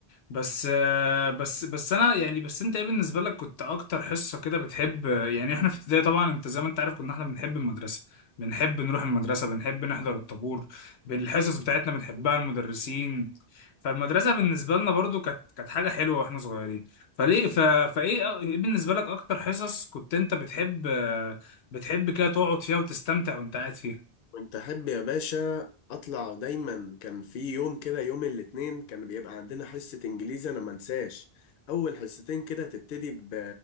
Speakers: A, on the left (about 80°); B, on the left (about 65°).
A: بس آه، بس بس انا يعني بس انت ايه بالنسبه لك كنت اكتر حصه كده بتحب يعني احنا في ابتدائي طبعا انت زي ما انت عارف كنا احنا بنحب المدرسه بنحب نروح المدرسه بنحب نحضر الطابور بالحصص بتاعتنا بنحبها المدرسين فالمدرسه بالنسبه لنا برضو كانت كانت حاجه حلوه واحنا صغيرين فليه ف... فايه آه، ايه بالنسبه لك اكتر حصص كنت انت بتحب آه، بتحب كده تقعد فيها وتستمتع وانت قاعد فيها
B: كنت أحب يا باشا أطلع دايما كان في يوم كده يوم الاثنين كان بيبقى عندنا حصة إنجليزي أنا ما انساش أول حصتين كده تبتدي ب...